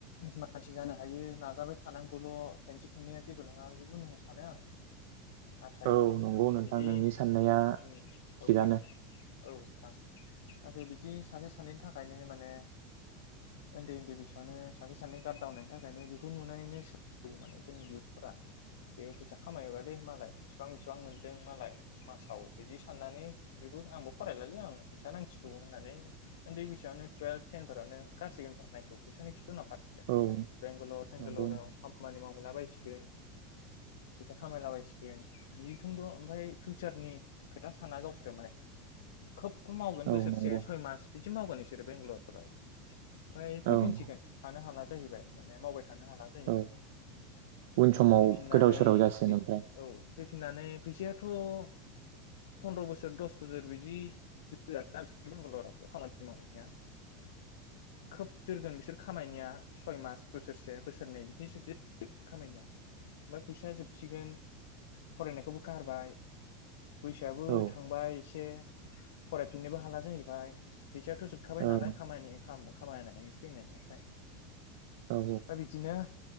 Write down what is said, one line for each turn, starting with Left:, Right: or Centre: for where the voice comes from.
Left: मानसि जानो हायो नाजाबाय थानांगौल' खेनसे खेननैया जेबो नङा <unintelligible> सानो आं। नाथाय
Right: औ नंगौ नोंथां
Left: बिदि
Right: नोंनि साननाया
Left: उम औ
Right: थिगानो।
Left: औ नोंथां नाथाय बिदि सासे सानैनि थाखायनो माने उन्दै उन्दै बैसोआवनो सासे सानै गारदावनायनि थाखायनो बेखौ नुनानै सो माने जोंनि इयुथफोरा बे फैसा खामायबालै मालाय बेसिबां बिसिबां मोनदों मालाय मासाव बिदि साननानै बेबो आंबो फरायलालै आं फैसा नांसिगौ होननानै उन्दै बैसोयावनो टुवेल्भ टेनफोरावनो गारसिगोन फरायनायखौ फैसानि खि थि उनाव खारसिगोन
Right: औ
Left: बेंगालराव सेंगालराव
Right: नंगौ नोंथां
Left: खामानि माव हलाबायसिगोन। फैसा खामायलाबायसिगोन बि थोंद'ओमफाय फिउचारनि खोथा साना गावसोरो माने खोब मावगोन
Right: ओं औ
Left: बोसोरसे
Right: नंगौ
Left: सय मास बिदि मावगोन बिसोरो बेंगलरफोराव ओमफ्राय फैफिनसिगोन
Right: ओं
Left: थानो हाला जाहैबाय माने मावबाय। थानो हाला जाहैबाय
Right: औ उन समाव
Left: फैफिन <unintelligible> फैफिननानै
Right: गोदाव सोराव जासिगोन ओमफ्राय
Left: फैसाथ' <unintelligible> फन्द्र' बोसोर दस बोसोर बिदि जोरा बिसोर बेंगालराव खामानि मावहैनाया। खोब जोरगोन बिसोर। खामायनिया सय मास बोसोरसे बोसोरनै बिदिससो खामायनिया। ओमफ्राय फैसा जोबसिगोन फरायनायखौबो गारबाय बैसोआबो
Right: ओं औ
Left: थांबाय एसे फरायफिननोबो हाला जाहैबाय। फैसायाथ' जोबखाबाय
Right: ओं
Left: नालाय <unintelligible> खामायनायनि फैनायनिफ्राय
Right: औ
Left: दा बिदिनो